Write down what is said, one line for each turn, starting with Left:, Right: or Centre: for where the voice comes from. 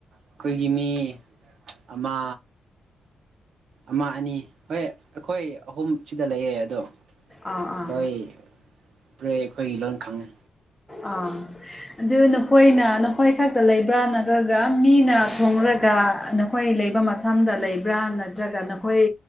Right: ꯑꯩꯈꯣꯏꯒꯤ ꯃꯤ ꯑꯃꯥ ꯑꯃ ꯑꯅꯤ ꯍꯣꯏ ꯑꯩꯈꯣꯏ ꯑꯍꯨꯝ ꯁꯤꯗ ꯂꯩꯌꯦ ꯑꯗꯣ
Centre: ꯑꯥ ꯑꯥ
Right: ꯂꯣꯏ ꯄ꯭ꯔꯦ ꯑꯩꯈꯣꯏꯒꯤ ꯂꯣꯟ ꯈꯪꯉꯦ
Centre: ꯑꯥ ꯑꯗꯨ ꯅꯈꯣꯏꯅ ꯅꯈꯣꯏ ꯈꯛꯇ ꯂꯩꯕ꯭ꯔꯥ ꯅꯠꯇ꯭ꯔꯒ ꯃꯤꯅ ꯊꯣꯔꯒ ꯅꯣ ꯈꯣꯏ ꯂꯩꯕ ꯃꯊꯝꯗ ꯂꯩꯕ꯭ꯔꯥ ꯅꯠꯇ꯭ꯔꯒ ꯅꯈꯣꯏ